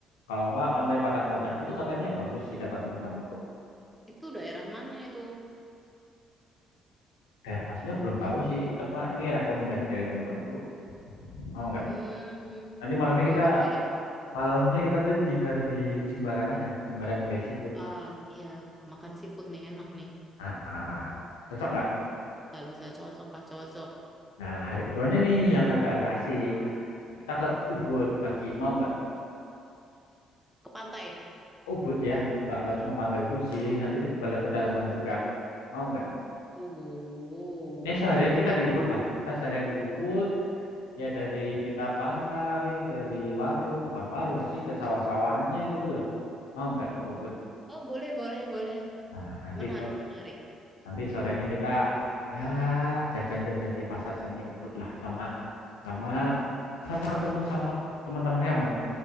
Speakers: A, on the left (about 75°); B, in the centre.
A: Kalau nggak Pantai Padang-Padang itu katanya bagus sih kata teman-temanku.
B: Itu daerah mana itu?
A: Daerah pastinya belum tahu sih. Ini tepa- ini rekomendasi dari teman-temanku. Mau nggak?
B: Hmm,
A: Nanti malamnya
B: boleh.
A: kita malamnya kita nanti dinner di Jimbaran aja. Jimbaran by Seafood.
B: Ah, iya, makan seafood nih enak nih.
A: Ah, ah. cocok nggak?
B: Nggak bisa cocok lah, cocok.
A: Nah, hari keduanya nih yang agak-agak asik. Kita ke Ubud pagi. Mau nggak?
B: Ke pantai.
A: Ubud ya, nggak nggak cuma pantai Ubud sih. Nanti ke pedalaman juga. Mau nggak?
B: Oh,
A: Ini seharian
B: boleh.
A: kita di Ubud lah. Kita seharian di Ubud, ya dari kita pantai, dari warung, bukan warung sih ke sawah-sawahannya gitu loh. Mau nggak ke Ubud?
B: Oh, boleh, boleh, boleh.
A: Nah, nanti
B: Menarik,
A: so-
B: menarik.
A: nanti sorenya kita ya jajan-jajan di pasar seni Ubud lah sama
B: Hmm,
A: sama sama ketemu sama teman-teman kamu